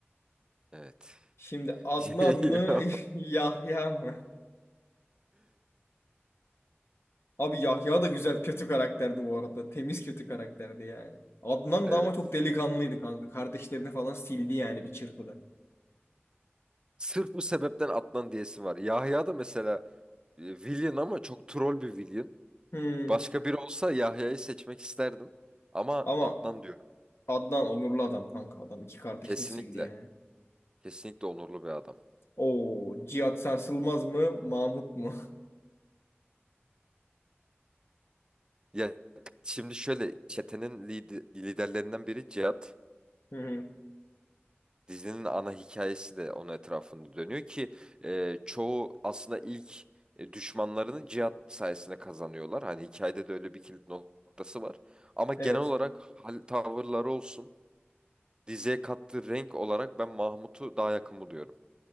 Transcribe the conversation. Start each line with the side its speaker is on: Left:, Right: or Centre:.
Right: Evet.
Left: Şimdi Adnan
Right: <laughs>
Left: mı
Right: Ya.
Left: <laughs> Yahya mı? Abi Yahya da güzel kötü karakterdi bu arada. Temiz kötü karakterdi yani. Adnan
Right: Evet.
Left: da ama çok delikanlıydı kanka. Kardeşlerini falan sildi yani bir çırpıda.
Right: Sırf bu sebepten atlan diyesi var. Yahya da mesela e, villain ama çok troll bir villain.
Left: Hmm.
Right: Başka biri olsa Yahya'yı seçmek isterdim. Ama
Left: Ama
Right: atlan diyorum.
Left: Adnan onurlu adam kanka. Adam iki kardeşini
Right: Kesinlikle.
Left: sildi yani.
Right: Kesinlikle onurlu bir adam.
Left: Oo, Cihat Sarsılmaz mı? Mahmut mu?
Right: Ya şimdi şöyle çetenin lide- liderlerinden biri Cihat.
Left: <laughs> Hı hı.
Right: Dizinin ana hikayesi de onun etrafında dönüyor ki e, çoğu aslında ilk e, düşmanlarını cihat sayesinde kazanıyorlar. Hani hikayede de öyle bir kilit noktası var. Ama genel
Left: Evet.
Right: olarak hal tavırları olsun, diziye kattığı renk olarak ben Mahmut'u daha yakın buluyorum.